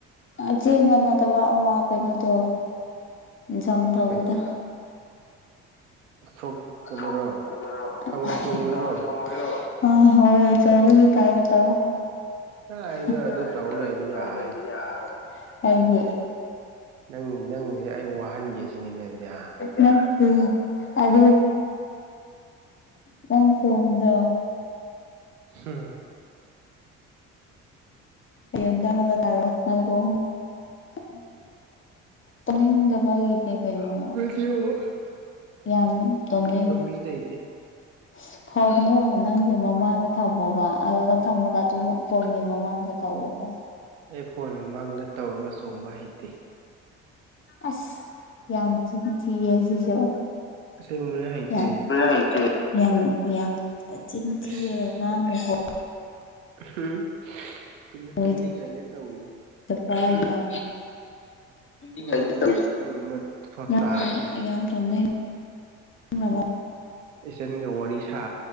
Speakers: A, on the left; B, on the right.
A: ꯑ ꯆꯦꯟꯕ ꯅꯠꯇꯕ ꯑꯃ ꯀꯩꯅꯣꯗꯣ ꯖꯝ ꯇꯧꯕꯗꯣ
B: ꯀꯩꯅꯣ ꯐ꯭ꯔꯣꯛ ꯀꯩꯅꯣꯔꯣ
A: ꯁꯣꯛ ꯀꯩꯅꯣꯔꯣ
B: ꯍꯪꯉꯣꯏ
A: ꯍꯦ
B: ꯆꯣꯡꯕꯗꯨꯔꯣ
A: ꯍꯦ ꯍꯪꯉꯣꯏ ꯆꯣꯡꯉꯨꯖꯤꯔꯣ ꯎꯝ ꯍꯪꯉꯣꯏ ꯆꯣꯡꯕꯒꯤ ꯇꯥꯏꯞꯇ ꯇꯧꯋꫭ
B: ꯀꯥꯏꯗ
A: ꯍ ꯀꯥꯏꯌ
B: ꯑꯗꯨ ꯇꯧ ꯂꯩꯗꯤ
A: ꯑꯗꯨ ꯇꯧ
B: ꯌꯥꯔꯣꯏ
A: ꯂꯩꯗꯤ ꯌꯥꯔꯔꯣꯏ ꯀꯩꯒꯤ
B: ꯅꯪ ꯅꯪꯖꯦ ꯑꯩ ꯋꯥꯍꯟꯒꯦ ꯁꯤꯅꯤꯅꯦ ꯑꯗꯨꯗꯤ ꯍꯥꯥ
A: ꯅꯠꯇꯦ ꯑꯗꯨ ꯅꯪ ꯐꯣꯟꯗꯣ
B: ꯍꯝ
A: <unintelligible> ꯇꯨꯝꯅꯤꯡꯗꯕꯒꯤꯅꯦ ꯀꯩꯅꯣ
B: ꯚꯤꯗꯤꯑꯣ
A: ꯌꯥꯝ ꯇꯣꯝꯅꯤꯡ
B: ꯅꯤꯗꯦ ꯑꯩꯗꯤ
A: <unintelligible> ꯐꯣꯟꯗꯣ ꯅꯪꯒꯤ ꯃꯃꯥꯡꯗ ꯊꯝꯃꯣꯕ ꯑꯗꯨꯒ ꯊꯝꯃꯒ ꯑꯗꯨꯝ ꯐꯣꯟꯒꯤ ꯃꯃꯥꯡꯗ ꯇꯋꯣꯕ
B: ꯑꯩ ꯐꯣꯟ ꯃꯃꯥꯡꯗ ꯇꯧꯔꯒ ꯆꯣꯡꯕ ꯍꯩꯇꯦ
A: ꯑꯁ ꯌꯥꯝ ꯆꯤꯟ ꯊꯤꯌꯦ ꯁꯤꯁꯨ
B: ꯑꯁꯦꯡꯕꯅ ꯍꯩꯇꯦ
A: ꯌꯥꯝ <unintelligible> ꯌꯥꯝ ꯌꯥꯝ ꯆꯤꯟ ꯊꯤꯔꯒ
B: ꯑꯁ
A: ꯉꯥꯡꯅꯨꯀꯣ
B: <unintelligible>
A: <unintelligible>
B: ꯇꯨꯝꯅꯤꯡꯉꯥꯏꯅꯦ ꯇꯧꯔꯤꯁꯦ
A: ꯌꯥꯝ
B: ꯄꯨꯡ
A: ꯉꯥꯡꯉꯦ
B: ꯄꯨꯡ ꯑꯃ ꯐꯥꯎ
A: <unintelligible>
B: ꯇꯥꯗ꯭ꯔꯤ
A: ꯌꯥꯝ ꯇꯨꯝꯅꯤꯡ ꯔꯕꯣ
B: ꯏꯆꯟꯒ ꯋꯥꯔꯤ ꯁꯥ